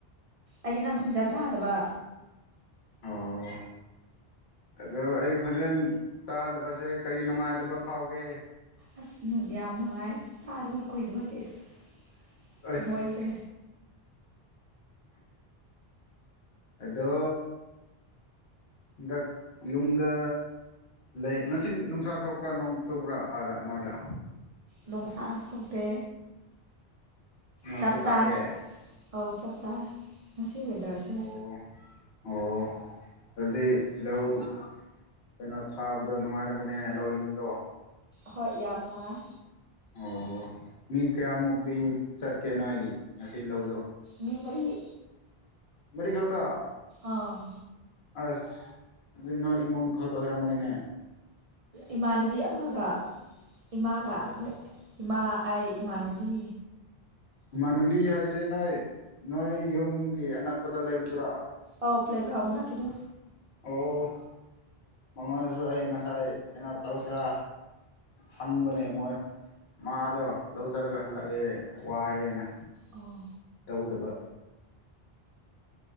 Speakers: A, on the right; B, on the left.
A: ꯑꯩꯗꯤ ꯅꯪ ꯈꯣꯟꯖ‌ꯦꯜ ꯇꯥꯗꯕ
B: ꯑꯣ ꯑꯗꯣ ꯑꯩ ꯈꯣꯟꯖꯦꯜ ꯇꯥꯗꯕꯁꯦ ꯀꯔꯤ ꯅꯨꯡꯉꯥꯏꯇꯕ ꯐꯥꯎꯒꯦ
A: ꯑꯁꯅꯨꯡ ꯌꯥꯝ ꯅꯨꯡꯉꯥꯏ ꯇꯥꯗꯕ ꯀꯨꯏꯗꯕꯒꯤ ꯏꯁ
B: ꯑꯁ
A: ꯊꯃꯣꯏꯁꯦ
B: ꯑꯗꯣ ꯍꯟꯗꯛ ꯌꯨꯝꯗ ꯂꯩ ꯉꯁꯤ ꯅꯨꯡꯁꯥ ꯊꯣꯛꯄ꯭ꯔꯥ ꯅꯣꯡ ꯆꯨꯕ꯭ꯔꯥ ꯑꯥꯗ ꯅ‌ꯣꯏꯗ
A: ꯅ‌ꯣꯡꯁꯥ ꯊꯣꯛꯇꯦ
B: ꯅꯣꯡꯁꯨ
A: ꯆꯞ ꯆꯥꯏ
B: ꯇꯥꯗꯦ
A: ꯑꯧ ꯆꯞ ꯆꯥꯔꯦ ꯉꯁꯤ ꯋꯦꯗꯔꯁꯦ
B: ꯇꯣ ꯑꯣ ꯑꯗꯨꯗꯤ ꯂꯎ ꯀꯩꯅꯣ ꯊꯥꯕꯗꯣ ꯅꯨꯡꯉꯥꯏꯔꯝꯒꯅꯤꯅꯦ ꯂꯧꯅꯤꯡꯕꯗꯣ
A: ꯍꯣꯏ ꯌꯥꯝ ꯅꯨꯡꯉꯥꯏ
B: ꯑꯣ ꯃꯤ ꯀꯌꯥꯃꯨꯛꯇꯤ ꯆꯠꯀꯦ ꯅꯣꯏ ꯉꯁꯤ ꯂꯧꯗꯣ
A: ꯃꯦꯃꯣꯔꯤ
B: ꯃꯔꯤꯛ ꯈꯇ
A: ꯑꯥ
B: ꯑꯁ ꯑꯗꯨ ꯅꯣꯏ ꯏꯃꯨꯡ ꯈꯠꯇ ꯑꯣꯏꯔꯝꯃꯣꯅꯦꯅꯦ
A: ꯏꯃꯥꯟꯅꯕꯤ ꯑꯃꯒ ꯏꯃꯥꯒ
B: ꯑꯣ
A: ꯑꯩꯈꯣꯏ ꯏꯃꯥ ꯑꯩ ꯏꯃꯥꯟꯅꯕꯤ
B: ꯃꯥꯟꯕꯤ ꯍꯥꯏꯁꯦ ꯅꯣꯏ ꯅꯣꯏ ꯌꯨꯝꯒꯤ ꯑꯅꯛꯄꯗ ꯂꯩꯕꯗꯨꯔꯥ
A: ꯑꯣꯧ ꯄ꯭ꯂꯦꯒ꯭ꯔꯥꯎꯝꯅ ꯀꯗꯣ
B: ꯑꯣ ꯃꯉꯣꯟꯗꯁꯨ ꯑꯩ ꯉꯁꯥꯏ ꯀꯩꯅꯣ ꯇꯧꯁꯤꯔꯥ ꯍꯪꯕꯅꯦ ꯃꯣꯏ ꯃꯥꯗꯣ ꯂꯧꯖꯔꯒ ꯍꯜꯂꯛꯑꯦ ꯋꯥꯏꯑꯦꯅ
A: ꯑꯣ
B: ꯇꯧꯗꯕ